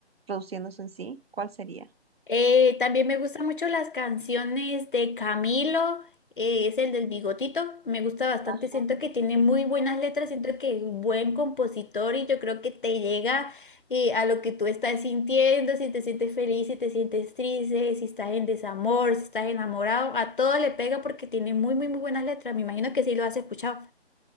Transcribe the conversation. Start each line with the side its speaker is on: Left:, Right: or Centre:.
Right: produciéndose en sí, ¿cuál sería?
Left: Eh, también me gustan mucho las canciones de Camilo, eh, es el del bigotito, me gusta bastante,
Right: Ajá.
Left: siento que tiene muy buenas letras, siento que es un buen compositor y yo creo que te llega eh, a lo que tú estás sintiendo, si te sientes feliz, si te sientes triste, si estás en desamor, si estás enamorado, a todo le pega porque tiene muy, muy, muy buenas letras, me imagino que sí lo has escuchado.